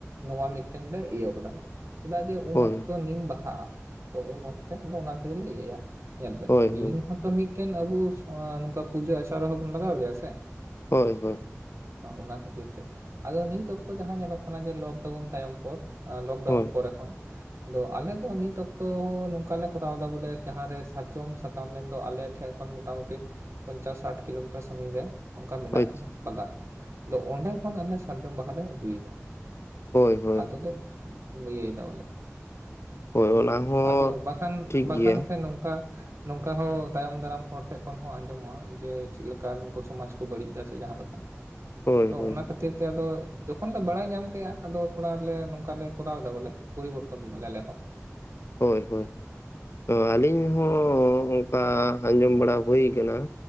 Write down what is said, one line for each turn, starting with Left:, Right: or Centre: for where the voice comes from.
Right: ᱱᱚᱣᱟ ᱢᱤᱫᱴᱮᱱ ᱞᱮ ᱤᱭᱟᱹ ᱠᱟᱫᱟ, ᱪᱮᱫᱟᱜ ᱡᱮ ᱩᱱ
Left: ᱦᱳᱭ
Right: ᱚᱠᱛᱚ ᱱᱤᱢ ᱵᱟᱦᱟᱜᱼᱟ᱾ ᱛᱚ ᱩᱱ ᱚᱠᱛᱮ ᱟᱫᱚ ᱚᱱᱟ ᱛᱮᱜᱮᱞᱮ ᱤᱭᱟᱹᱭᱟ᱾ ᱧᱮᱞ ᱵᱮᱱ
Left: ᱦᱳᱭ
Right: ᱱᱤᱢ
Left: ᱦᱳᱭ
Right: ᱦᱚᱸ ᱛᱚ ᱢᱤᱫᱴᱮᱱ ᱟᱵᱚ ᱱᱚᱝᱠᱟ ᱯᱩᱡᱟᱹ ᱟᱪᱟᱨ ᱨᱮ ᱦᱚᱸᱵᱩᱱ ᱞᱟᱜᱟᱣ ᱜᱮᱭᱟ ᱥᱮ᱾
Left: ᱦᱳᱭ ᱦᱳᱭ
Right: ᱚᱱᱟ ᱠᱷᱟᱹᱛᱤᱨ ᱛᱮ ᱟᱫᱚ ᱱᱤᱛ ᱚᱠᱛᱚ ᱡᱟᱦᱟᱸ ᱧᱮᱞᱚᱜ ᱠᱟᱱᱟ ᱡᱮ ᱞᱚᱠᱰᱟᱣᱩᱱ ᱛᱟᱭᱚᱢ ᱯᱚᱨ, ᱞᱚᱠᱰᱟᱣᱩᱱ
Left: ᱦᱳᱭ
Right: ᱯᱚᱨᱮ ᱠᱷᱚᱱ᱾ ᱫᱚ ᱟᱞᱮ ᱫᱚ ᱱᱤᱛ ᱚᱠᱛᱚ ᱦᱚ ᱱᱚᱝᱠᱟᱞᱮ ᱠᱚᱨᱟᱣ ᱫᱟ ᱵᱚᱞᱮ ᱡᱟᱦᱟᱸᱨᱮ ᱥᱟᱨᱡᱚᱢ ᱥᱟᱠᱟᱢ ᱢᱮᱢ ᱼᱼ ᱛᱚ ᱟᱞᱮ ᱴᱷᱮᱱ ᱠᱷᱚᱱ ᱢᱚᱴᱟ ᱢᱩᱴᱤ ᱯᱚᱧᱪᱟᱥ ᱥᱟᱴ ᱠᱤᱞᱳᱢᱤᱴᱟᱨ ᱥᱟᱹᱜᱤᱧ ᱨᱮ᱾ ᱚᱱᱠᱟ ᱢᱮᱱᱟᱜ
Left: ᱦᱳᱭ
Right: ᱠᱟᱫᱟ ᱵᱟᱜᱟᱫ ᱟᱫᱚ ᱚᱱᱰᱮ ᱠᱷᱚᱱ ᱟᱞᱮ ᱥᱟᱨᱡᱚᱢ ᱵᱟᱦᱟᱟᱞᱮ ᱟᱹᱜᱩᱭᱮᱫᱟ᱾
Left: ᱦᱳᱭ ᱦᱳᱭ
Right: ᱟᱫᱚᱞᱮ ᱤᱭᱟ. ᱭ ᱫᱟ ᱵᱚᱞᱮ
Left: ᱦᱳᱭ ᱚᱱᱟ ᱦᱚᱸ
Right: ᱟᱫᱚ ᱵᱟᱠᱷᱟᱱ
Left: ᱴᱷᱤᱠ
Right: ᱵᱟᱠᱷᱟᱱ
Left: ᱜᱮᱭᱟ
Right: ᱥᱮ ᱱᱚᱝᱠᱟ ᱱᱚᱝᱠᱟ ᱦᱚᱸ ᱛᱟᱭᱚᱢ ᱫᱟᱨᱟᱢ ᱦᱚᱲ ᱴᱷᱮᱜ ᱠᱷᱚᱱ ᱦᱚᱸ ᱟᱸᱡᱚᱢᱚᱜᱼᱟ, ᱡᱮ ᱪᱮᱫᱠᱟ ᱱᱩᱠᱩ ᱥᱚᱢᱟᱡᱽ ᱠᱚ ᱵᱟᱹᱲᱤᱡ ᱫᱟ ᱥᱮ ᱡᱟᱦᱟᱸ ᱞᱮᱠᱟ
Left: ᱦᱳᱭ
Right: ᱛᱚ
Left: ᱦᱳᱭ
Right: ᱚᱱᱟ ᱠᱷᱟᱹᱛᱤᱨ ᱛᱮ ᱟᱫᱚ ᱡᱚᱠᱷᱚᱱ ᱞᱮ ᱵᱟᱲᱟᱭ ᱧᱟᱢ ᱠᱮᱫᱼᱟ ᱟᱫᱚ ᱛᱷᱚᱲᱮ ᱞᱮ ᱱᱚᱝᱠᱟ ᱞᱮ ᱠᱚᱨᱟᱣ ᱮᱫᱟ ᱵᱚᱞᱮ᱾ ᱯᱚᱨᱵᱚᱨᱛᱚᱱ ᱫᱟᱞᱮ ᱟᱞᱮ ᱦᱚᱸ᱾
Left: ᱦᱳᱭ ᱦᱳᱭ ᱛᱚ ᱟᱹᱞᱤᱧ ᱦᱚᱸ ᱚᱱᱠᱟ ᱟᱸᱡᱚᱢ ᱵᱟᱲᱟ ᱦᱩᱭ ᱟᱠᱟᱱᱟ᱾